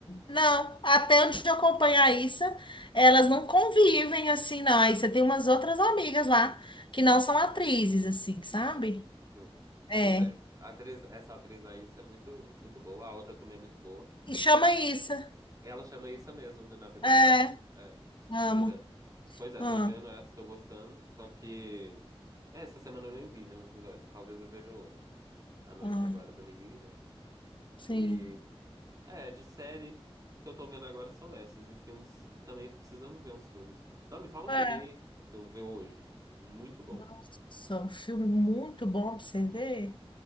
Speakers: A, on the left (about 55°); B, on the right (about 35°).
A: não. Até onde eu acompanho a Issa, elas não convivem assim, não. a você tem umas outras amigas lá que não são atrizes, assim, sabe?
B: Ah, hum.
A: É.
B: Pois é. A atriz, essa atriz aí isso é muito muito boa. A outra também é muito boa.
A: E chama Issa.
B: Ela chama isso mesmo, né, na vida
A: É,
B: real. É.
A: amo.
B: Pois é. Pois é,
A: Ah,
B: tô vendo essa, tô gostando, só que é, essa semana eu nem vi nenhum episódio. Talvez eu veja hoje, à noite
A: ah,
B: agora, dominguinho, né?
A: sim.
B: E é, de série que eu tô vendo agora são essas e filmes também tô precisando ver uns filmes. Não, me fala um
A: É.
B: filme aí pra eu ver hoje, um muito bom.
A: Nossa, um filme muito bom pra você ver.